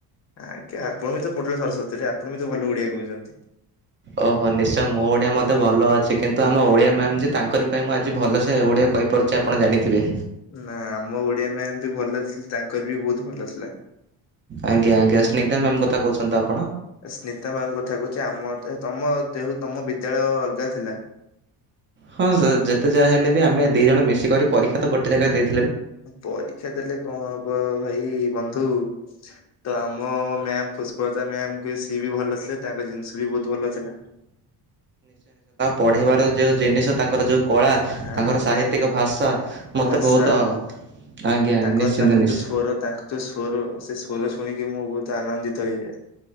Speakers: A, on the left; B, on the right.
A: ଆଜ୍ଞା ଆପଣ ବି ତ ପଢିଲେ ସରସ୍ଵତୀରେ ଆପଣ ବି ତ ଭଲ ଓଡିଆ କହୁଛନ୍ତି।
B: ଓହୋ ନିଶ୍ଚୟ ମୋ ଓଡିଆ ମତେ ଭଲ ଅଛି। ସେ କିନ୍ତୁ ଆମ ଓଡ଼ିଆ ମ୍ୟାମ୍ ଯେ ତାଙ୍କରି ପାଇଁ ମୁଁ ଆଜି ଭଲସେ ଓଡ଼ିଆ କହିପାରୁଛି ଆପଣ ଜାଣିଥିବେ।
A: ନା ଆମ ଓଡିଆ ମ୍ୟାମ ବି ଭଲ ତାଙ୍କର ବି ବହୁତ ଭଲ ଥିଲା।
B: ଆଜ୍ଞା ଆଜ୍ଞା ସ୍ନିଗ୍ଧା ମ୍ୟାମ କଥା କହୁଛନ୍ତି ତ ଆପ
A: ସ୍ନିଗ୍ଧା ମ୍ୟାାମ କଥା କହୁଛି ଆମ ତମ ଦେହୁ ତମ ବିଦ୍ୟାଳୟ ଅଲଗା ଥିଲା।
B: ହଁ ଯେତେ ଯାହା ହେଲେ ବି ଆମେ ଦି ଜଣ ମିଶିକରି ପରୀକ୍ଷା ତ ଗୋଟେ ଜାଗାରେ ଦେଇ
A: ପରୀକ୍ଷା ଦେଲେ କଣ ହବ ଭାଇ ବନ୍ଧୁ ତ ଆ ଆମ ମ୍ୟାାମ ପୁଷ୍ପଲତା ମ୍ୟାାମ କୁ ସିଏ ବି ଭଲ ଥିଲେ ତାଙ୍କ ଜିନିଷ ବି ବହୁତ ଭଲ ଥିଲା।
B: ପଢ଼େଇିବାର ଯୋଉ ଜିନିଷ ତାଙ୍କର ଯୋଉ କଳା
A: ହଁ
B: ତାଙ୍କର
A: ଆଜ୍ଞା
B: ସାହିତ୍ୟିକ ଭାଷା ମୋତେ
A: ଭାଷା
B: ବହୁତ ଆଜ୍ଞା
A: ତାଙ୍କ
B: ନିଶ୍ଚିନ୍ତ
A: ତାଙ୍କ
B: ନିଶ୍ଚ
A: ଯୋଉ ସ୍ୱର ତାଙ୍କ ଯୋଉ ସ୍ୱର ସେ ସ୍ୱର ଶୁଣିକି ମୁଁ ବହୁତ ଆନନ୍ଦିତ ହେଇଯାଏ।